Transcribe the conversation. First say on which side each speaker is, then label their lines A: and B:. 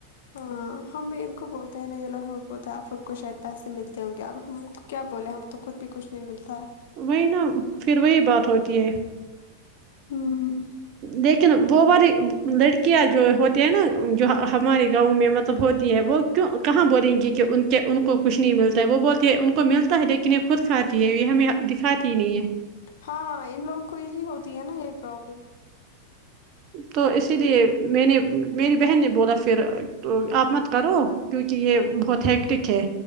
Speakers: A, on the left; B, on the right.
A: ہاں ہم بھی ان کو بولتے ہیں نا یہ لگ ہم بھی بولتے ہیں آپ ہم کو شاید پیسے ملتے ہوں گے اب ہم ان کو کیا بولے ہمیں تو خود بھی کچھ نہیں ملتا ہے
B: وہی نا پھر وہی بات ہوتی ہے
A: ہمم
B: لیکن وہ بڑ لڑکیاں جو ہوتے ہیں نا جو ہمارے گاؤں میں مطلب ہوتی ہے وہ کیوں کہاں بولیں گی کہ کے ان کو کچھ نہیں ملتا ہے وہ بولتی ہے ان کو ملتا ہے لیکن یہ خود کھاتی ہے یہ ہمیں دکھاتی ہی نہیں ہے
A: ہاں ان لوگوں کو یہی ہوتی ہے نا یہی پروابلم
B: تو اسی لیے میں نے میری بہن نے بولا پھر تو آپ مت کرو کیونکہ یہ بہت ہیٹک ہے